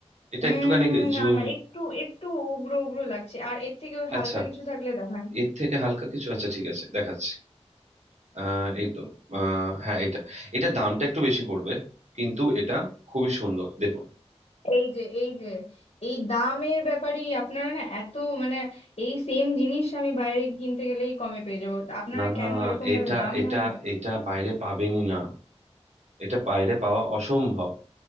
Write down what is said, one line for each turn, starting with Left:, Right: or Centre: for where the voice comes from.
Right: এটা
Left: উম
Right: একটুখানি জু-
Left: না না একটু একটু উগ্র উগ্র লাগছে আর এর থেকে ওই হালকা
Right: আচ্ছা
Left: কিছু থাকলে দেখান
Right: এর থেকে হালকা কিছু আচ্ছা ঠিক আছে দেখাচ্ছি আহ এই তো আহ হ্যাঁ এটা এটা দামটা একটু বেশি পড়বে কিন্তু এটা খুবই সুন্দর দেখুন
Left: এই যে এই যে এই দামের ব্যাপারে আপনারা না এত মানে এই সেম জিনিস আমি বাইরে কিনতে গেলেই কমে পেয়ে যাবো তা আপনারা
Right: না না
Left: কেন এরকম
Right: এটা
Left: ভাবে দাম
Right: এটা
Left: নেন
Right: এটা বাইরে পাবেনই না এটা বাইরে পাওয়া অসম্ভব